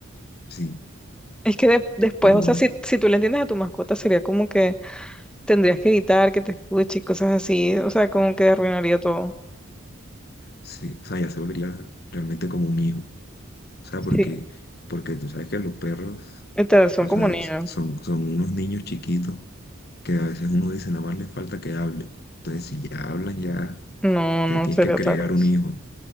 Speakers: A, on the left; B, in the centre.
A: Sí,
B: Es que de- después,
A: pero
B: o
A: bueno,
B: sea, si, si tú le entiendes a tu mascota, sería como que tendrías que evitar que te escuche y cosas así. O sea, como que arruinaría todo.
A: sí, o sea, ya se volvería realmente como un hijo. O sea,
B: Sí,
A: porque, porque tú sabes que los perros,
B: literal, son
A: o
B: como
A: sea,
B: niños.
A: s- son, son unos niños chiquitos que a veces uno dice, nada más les falta que hable Entonces, si ya hablan, ya,
B: No,
A: ya
B: no
A: tienes
B: sería
A: que crear
B: otra cosa.
A: un hijo.